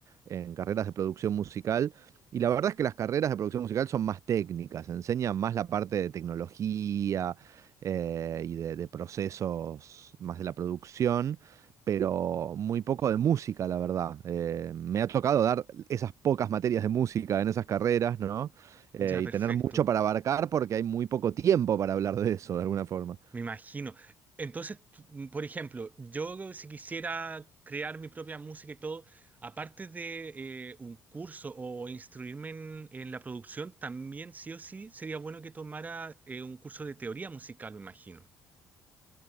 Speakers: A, on the right; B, on the right.
A: en carreras de producción musical. Y la verdad es que las carreras de producción musical son más técnicas, enseñan más la parte de tecnología eh, y de, de procesos más de la producción, pero muy poco de música, la verdad. Eh, me ha tocado dar esas pocas materias de música en esas carreras, ¿no? eh,
B: Ya, perfecto.
A: y tener mucho para abarcar porque hay muy poco tiempo para hablar de eso de alguna forma.
B: Me imagino. Entonces, tú- mm, por ejemplo, yo si quisiera crear mi propia música y todo, aparte de eh, un curso o instruirme en, en la producción, también sí o sí sería bueno que tomara eh, un curso de teoría musical, me imagino.